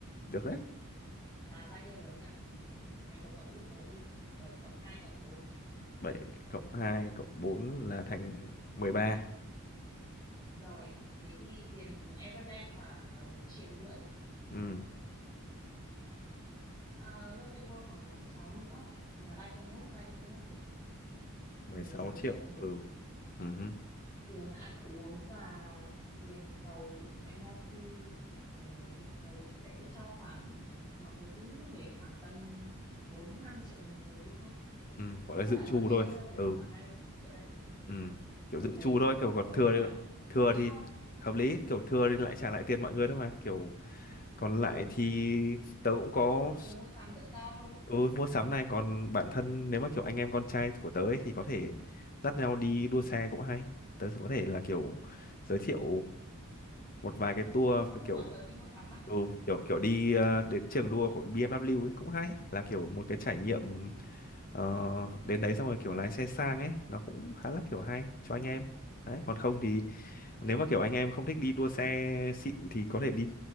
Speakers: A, on the left; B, on the left.
A: được đấy.
B: là bao nhiêu rồi nhỉ này cậu cộng giúp tớ đi bảy cộng hai cộng bốn
A: 7 cộng 2 cộng 4 là thành mười ba.
B: rồi thế thì tiền Everland khoảng ờ, một triệu rưỡi
A: Ừ,
B: Ờ, Lotte World khoảng một triệu sáu nữa là ba triệu mốt ba triệu mốt là
A: mười
B: mười
A: sáu
B: sáu
A: triệu.
B: triệu một
A: Ừ.
B: trăm
A: Ừ, hứ,
B: tiền ăn uống và tiền tàu MRT ở đấy tớ sẽ cho khoảng mọi người cứ để khoảng tầm 4 5 triệu một người đi thôi.
A: ừ, gọi là
B: Chắc
A: dự
B: là
A: trù
B: nó sẽ
A: thôi.
B: rơi đâu đấy
A: Ừ,
B: vào khoảng 21 triệu đấy. Ừ,
A: ừ, kiểu
B: Tớ
A: dự
B: thấy
A: trù thôi, kiểu còn
B: có
A: thừa
B: thế nào?
A: thì- thừa
B: Hợp lý
A: thì
B: không?
A: hợp lý, kiểu thừa thì lại trả lại tiền mọi người thôi mà, kiểu còn lại
B: Ừ,
A: thì tớ cũng có
B: mọi người mua sắm tự do thôi.
A: Ừ, mua sắm này còn bản thân nếu mà kiểu anh em con trai của tớ ấy, thì có thể dắt nhau đi đua xe cũng hay. Tớ có thể là kiểu giới thiệu một vài cái tour
B: Trong lúc
A: kiểu
B: bọn tớ đi mua sắm à?
A: ừ, kiểu kiểu đi ờ, đến trường đua của BMW ấy, cũng hay là kiểu một cái trải nghiệm ờ,
B: Ừ,
A: đến đấy xong rồi kiểu lái xe sang ấy nó cũng khá là kiểu hay cho anh em.
B: thế
A: Đấy,
B: á,
A: còn không thì
B: thế
A: nếu
B: đi.
A: mà kiểu anh em không thích đi đua xe xịn thì có thể đi